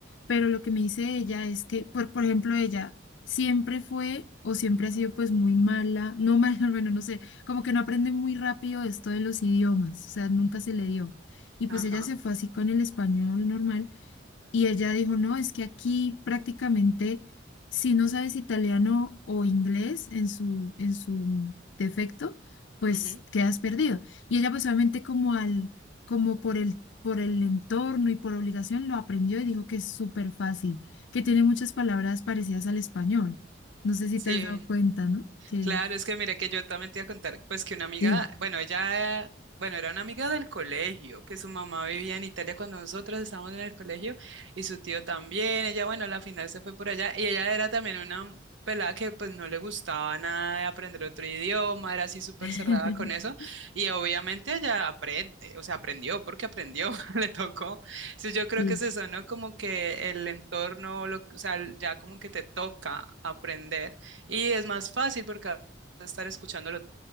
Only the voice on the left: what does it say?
pero lo que me dice ella es que, por, por ejemplo, ella siempre fue o siempre ha sido pues muy mala, no mala, <laughs> bueno, no sé, como que no aprende muy rápido esto de los idiomas, o sea, nunca se le dio. Y
pues ella se fue así con el español normal y ella dijo, no, es que aquí prácticamente si no sabes italiano o inglés en su, en su defecto, pues
quedas perdido. Y ella pues obviamente como al, como por el, por el entorno y por obligación lo aprendió y dijo que es súper fácil, que tiene muchas palabras parecidas al español. No sé si
te has dado cuenta, ¿no? Que
sí.
<laughs>
Sí.